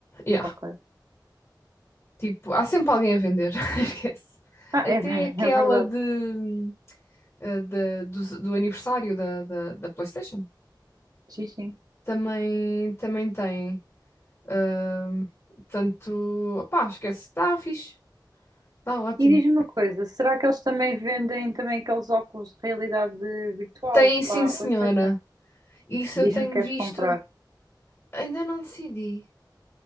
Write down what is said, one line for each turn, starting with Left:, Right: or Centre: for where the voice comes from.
Left: Yeah.
Right: Ok.
Left: Tipo, há sempre alguém a vender. <laughs> Esquece.
Right: Ah,
Left: Até
Right: é, <laughs>
Left: aquela
Right: é verdade,
Left: de, eh, da- do, do aniversário da, da, da PlayStation.
Right: sim, sim.
Left: Também, também tem. Ahm, portanto, opá, esquece. Está fixe. Está ótimo.
Right: E diz-me uma coisa, será que eles também vendem também aqueles óculos de realidade virtual
Left: Tem, sim,
Right: para
Left: senhora.
Right: a PlayStation?
Left: Isso eu
Right: Diz-me
Left: tenho
Right: que queres
Left: visto.
Right: comprar.
Left: Ainda não decidi.